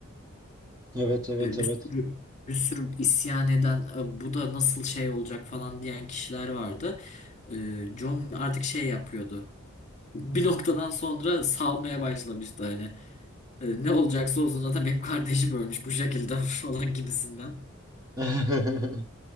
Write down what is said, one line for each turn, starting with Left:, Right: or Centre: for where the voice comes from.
Right: evet evet
Left: E,
Right: evet.
Left: bir sürü bir sürü isyan eden "E, bu da nasıl şey olacak falan diyen kişiler vardı. E, Jon artık şey yapıyordu. Bir noktadan sonra salmaya başlamıştı hani. E, ne olacaksa olsun zaten benim kardeşim ölmüş bu şekilde <laughs> falan gibisinden.
Right: <laughs>